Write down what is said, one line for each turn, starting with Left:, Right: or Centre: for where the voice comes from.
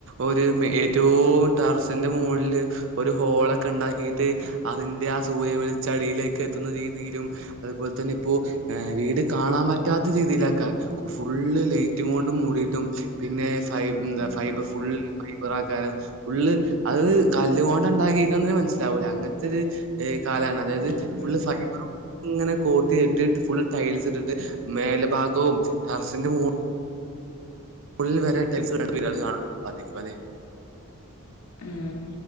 Right: ഒരു ഏറ്റവും ടറസിന്റെ മുകളില് ഒരു ഹോളൊക്കെ ഇണ്ടാക്കിയിട്ട് അതിന്റെ ആ സൂര്യ വെളിച്ചടിയിലേക്ക് എത്തുന്ന രീതിയിലും അതുപോലെ, തന്നെ ഇപ്പോ വീട് കാണാൻ പറ്റാത്ത രീതിയിലാക്ക ഫുള്ള് ലൈറ്റ് ങ്ങോണ്ടപ മൂടിയിട്ടും പിന്നെ ഫ എന്താ
Left: ഉം
Right: ഫൈബർ ഫുള്ള് ഫൈബറൂം കാരം ഫുള്ള് അത് കല്ല്കൊണ്ട ഉണ്ടാക്കിരിക്ക മനസ്സിലാവൂല അങ്ങനത്തെ ഒരു കാലാണ് അതായത്
Left: ഉം
Right: ഫുള് ഫൈബരും ഇങ്ങനെ കോട്ടീ ഇട്ടിട്ട് ഫുൾ ടൈൽസ് ഇട്ടിട്ട് മേല് ഭാഗവും ടറസിന്റെ മോ ഉള്ളിൽ വരെ ടെൽസ് കാണാൻ സാധിക്കും അതെ
Left: ഉം